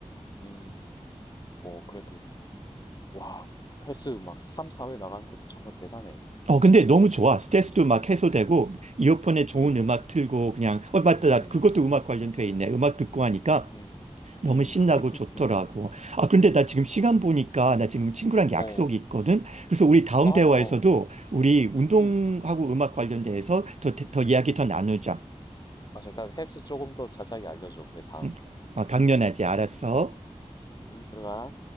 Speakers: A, on the left; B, on the right.
A: 음, 어, 그래도, 와, 헬스 막 3, 4회 나가는 것도 정말 대단해.
B: 어, 근데 너무 좋아. 스트레스도 막 해소되고, 이어폰에 좋은
A: 음,
B: 음악 틀고, 그냥, 어, 맞다. 나
A: 음,
B: 그것도 음악 관련돼 있네. 음악 듣고 하니까
A: 음,
B: 너무
A: 음,
B: 신나고
A: <laughs>
B: 좋더라고. 아, 그런데
A: 음,
B: 나 지금 시간 보니까,
A: 음,
B: 나 지금 친구랑 약속이
A: 어,
B: 있거든? 그래서 우리 다음
A: 아, 어,
B: 대화에서도 우리 운동하고
A: 음,
B: 음악 관련돼서
A: 음,
B: 더, 더 이야기
A: 음.
B: 더 나누자.
A: 맞아, 일단 헬스 조금 더 자세하게 알려줘, 그래, 다음에.
B: 응? 어, 당연하지. 알았어.
A: 음, 음, 음, 들어가.